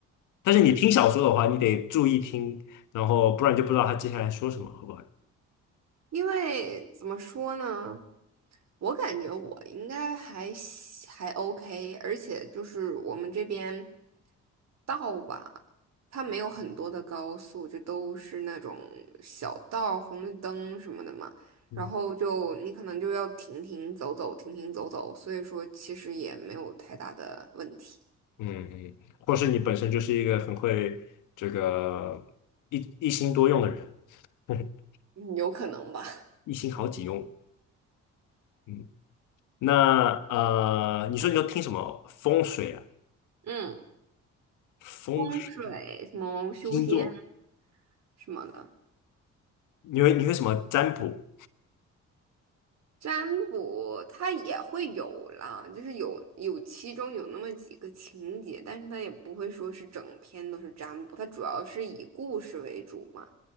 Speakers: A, on the left; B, on the right.
A: 但是你听小说的话，
B: 嗯
A: 你得注意听，然后不然就不知道他接下来说什么，好不好？
B: 因为怎么说呢？我感觉我应该还行还 OK，而且就是我们这边道吧，它没有很多的高速，就都是那种小道、红绿灯什么的嘛。
A: 嗯
B: 然后就你可能就要停停走走，停停走走，所以说其实也没有太大的问题，
A: 嗯嗯，或是你本身就是一个很会这个一一心多用的人，<laughs>
B: 嗯有可能吧。
A: 一心好几用。嗯，那呃，你说你都听什么风水啊？
B: 嗯，
A: 风水
B: 风水什么修仙
A: 星座，
B: 什么的。
A: 你会你会什么占卜？
B: 占卜它也会有啦，就是有有其中有那么几个情节，但是它也不会说是整篇都是占卜，它主要是以故事为主嘛。